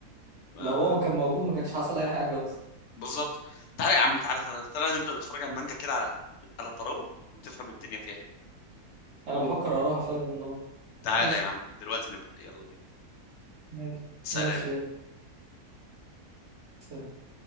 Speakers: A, on the left; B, on the right.
A: آه
B: لو هو ما كان موجود ما كانش حصل أي حاجة أصلا
A: بالظبط تعالى يا عم تعالى تعالى, تعالى نبدا نتفرج على المانجا كده على على طراوه وتفهم الدنيا فيها ايه
B: أنا بفكر أراها فعلا أهو
A: تعالى
B: قشطة
A: يا عم دلوقتي نبدا يلا بينا
B: ماشي
A: سلام
B: ماشي يلا سلام.